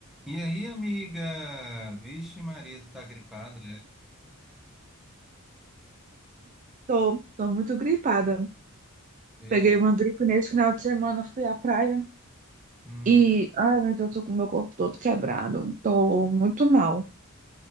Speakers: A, in the centre; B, on the right.
A: E aí, amiga? Vixe, Maria, tu tá gripada, é?
B: Tô, tô muito gripada.
A: E,
B: Peguei uma gripe nesse final de semana, fui à praia
A: hum,
B: e, ai meu Deus, tô com o meu corpo todo quebrado. Tô muito mal.